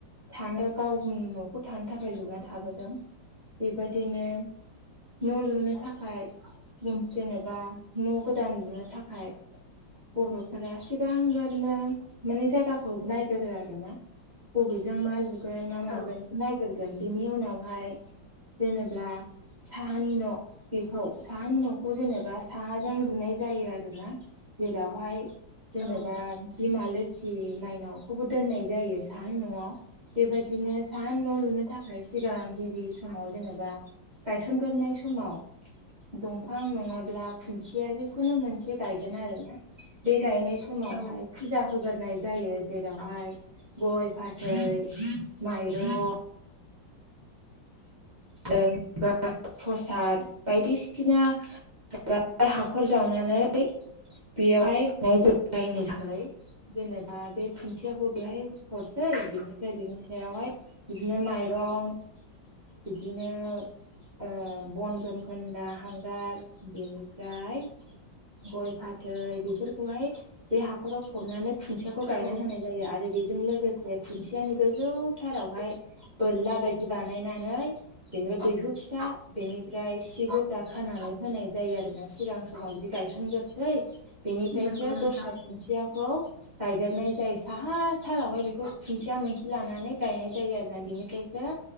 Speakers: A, on the right (about 30°); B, on the left (about 70°).
A: थानो गावनि न'खौ थानो थाखाय लुना थाबोदों। बेबादिनो न' लुनो थाखाय जेनेबा न' गोदान लुनो थाखाय बर' <inaudible> फोरा सिगां गोरनो माने जायगाखौ नायगोरो आरो ना बबेजों मा लु- गुगोन ना मागोन
B: औ
A: नायग्रोगोन बिनि उनावहाय जेनेब्ला साहानि न' बेखौ साहानि न'खौ जेनेबा साहाजों लुनाय जायो आरोना! जेरावहाय जेनेबा
B: औ
A: बिमा लोखि खि मायनावखौबो दोननाय जायो! साहानि न'आव बेबायदिनो साहानि न' लुनो थाखाय सिगां गिबि समाव जेनेबा गायसनग्रोनाय समाव दंफां नङाब्ला खुन्थिया जिखुनु मोनसे गायगोन आरो ना! बे गायनाय समावहाय
B: औ
A: फुजा होग्रोनाय जायो! जेरावहाय गय, फाथै, माइरं, जों प्रसाद बायदिसिना हाय हाखर जावनानै बेयावहाय हमनाय जायो जायनि जाहै जेनेबा बे खुन्थियाखौ बेहाय हरसै बेनिफ्राय बेनि सायावहाय बिदिनो माइरं, बिदिनो ओ बन जनखोनदा हांगार बेनिफ्राय- गय फाथै बेफोरखौहाय बे हाखराव फबनानै- खुन्थियाखौ गायना
B: औ
A: होनाय जायो आरो बेजों लोगोसे बे खुनथियानि गोजौ थारावहाय बोरला बायदि बानायनानै बेनिफ्राय दैहु फिसा बेनिफ्राय सि गोजा खानानै होनाय जायो आरोना सिगां- माव बिदि गायसनग्रोसै बेनिफ्रायसो
B: नंगौ नोंथां
A: दस्रा खुन्थियाखौ- गायगोरनाय जायो साहाथारावहाय बेखौ खुन्थिया मोनसे लानानै गायनाय जायो आरोना बिनिफ्रायसो